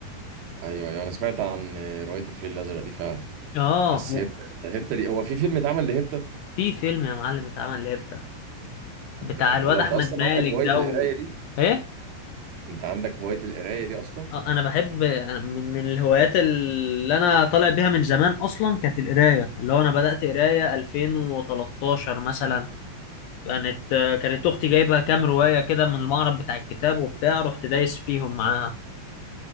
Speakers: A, on the right; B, on the left.
A: ايوه ايوه انا سمعت عن روايه الفيل الازرق دي فعلا
B: اه
A: بس
B: و-
A: هبته هبته دي هو في فيلم اتعمل لهبته
B: في فيلم يا معلم اتعمل ليه بتاع
A: طب
B: بتاع
A: جامد
B: الواد
A: والله انت
B: احمد
A: اصلا
B: مالك
A: عندك هوايه
B: ده
A: القرايه
B: و...
A: دي
B: ايه
A: انت عندك هوايه القرايه دي اصلا
B: آه انا بحب أنا من من الهوايات اللي انا طالع بيها من زمان اصلا كانت القرايه اللي هو انا بدات قرايه 2013 مثلا كانت كانت اختي جايبه كام روايه كده من المعرض بتاع الكتاب وبتاع رحت دايس فيهم معاها